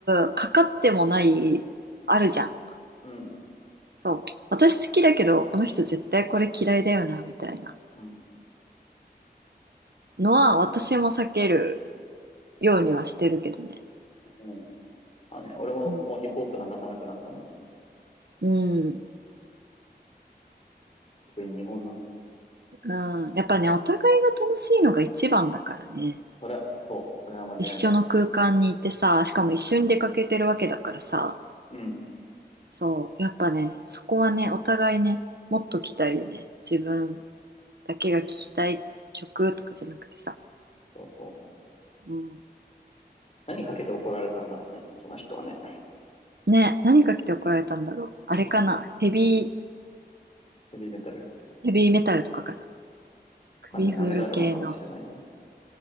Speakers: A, on the right; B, on the left.
A: う、かかってもない、あるじゃん。
B: うん。うん。
A: そう。私好きだけど、この人絶対これ嫌いだよな、みたいな
B: うん。
A: のは、私も避けるようにはしてるけどね。
B: うんまあね、俺ももうヒップホップ流さなくなったもん。
A: うん。うん。
B: 特に日本のね。
A: うんやっぱね、お互いが楽しいのが一番だからね。
B: それは、そう。それは間違いない。
A: 一緒の空間にいてさ、しかも一緒に出かけてるわけだからさ、
B: うん。うん。
A: そう、やっぱね、そこはね、お互いね、もっと聞きたいよね。自分だけが聞きたい曲とかじゃなくてさ。
B: そうそう。
A: うん。
B: 何かけて怒られたんだろうね。その人はね。
A: ね、何か来て怒られたんだろう。あれかな、
B: うん。
A: ヘビー、
B: ヘビーメタル。
A: ヘビーメタルとかかな。首振る系の。
B: わかんない。なめだるまかもしれないよ。